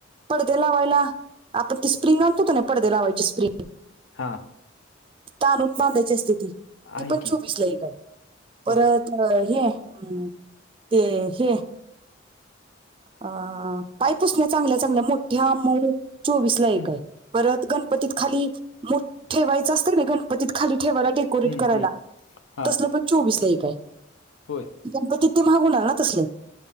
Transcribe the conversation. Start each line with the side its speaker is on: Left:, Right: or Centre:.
Right: पडदे लावायला आपण ती स्प्रिंग आणतोत ना पडदे लावायची स्प्रिंग
Left: हां.
Right: ताणून बांधायची स्थिती
Left: आहे
Right: ती पण
Left: की
Right: चोवीसला एक काय परत
Left: होय
Right: अ हेम् ते हे. अ काय पुसण्या चांगल्या चांगल्या मोठ्या मऊ चोवीसला एक
Left: हम्म
Right: आहे परत गणपतीत खाली मो ठेवायचं असतं ना गणपतीत खाली ठेवायलाे. <inaudible>
Left: हम्म
Right: करायला
Left: हम्म हा
Right: तसल पण चोवीस ला एक आहे <inaudible>
Left: होय
Right: गणपतीत ते मागवलं ना तसल.